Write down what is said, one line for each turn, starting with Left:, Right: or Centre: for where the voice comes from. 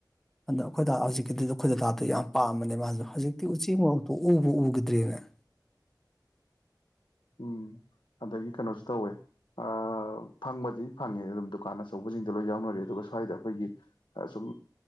Centre: ꯑꯗ ꯑꯩꯈꯣꯏꯗ ꯍꯧꯖꯤꯛꯀꯤꯗꯨ ꯑꯩꯈꯣꯏ ꯗꯥꯗꯥ ꯗꯣ ꯌꯥꯝ ꯄꯥꯝꯕꯅꯦ ꯃꯥꯖꯨ ꯍꯧꯖꯤꯛꯇꯤ ꯎꯆꯤ ꯃꯣꯔꯣꯛꯇꯣ ꯎꯕ ꯎꯈꯤꯗ꯭ꯔꯦꯅꯦ
Left: ꯎꯝ ꯑꯗꯒꯤ ꯀꯩꯅꯣꯁꯨ ꯇꯧꯋꯦ ꯑ ꯐꯪꯕꯗꯤ ꯐꯪꯉꯦ ꯑꯗꯨꯝ ꯗꯨꯀꯥꯟ ꯑꯆꯧꯕꯁꯤꯡꯗ ꯂꯣꯏ ꯌꯥꯎꯅꯔꯤ ꯑꯗꯨꯒ ꯁ꯭ꯋꯥꯏꯗ ꯑꯩꯈꯣꯏꯒꯤ ꯁꯨꯝ